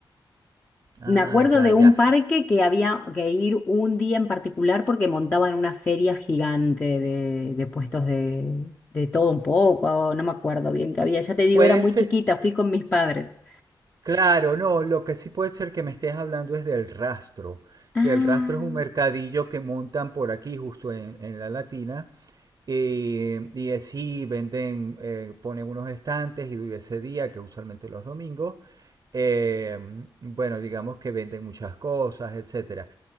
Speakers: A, on the right; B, on the left.
A: Ah,
B: Me acuerdo
A: ya,
B: de un
A: ya.
B: parque que había que ir un día en particular porque montaban una feria gigante de, de puestos de, de todo un poco, o no me acuerdo bien qué había. Ya te digo,
A: Puede
B: era muy
A: ser,
B: chiquita, fui con mis padres.
A: claro, no, lo que sí puede ser que me estés hablando es del rastro,
B: Ah,
A: que el rastro es un mercadillo que montan por aquí, justo en, en la Latina. eh, y así venden, eh, ponen unos estantes y ese día, que usualmente los domingos, eh, bueno, digamos que venden muchas cosas, etcétera.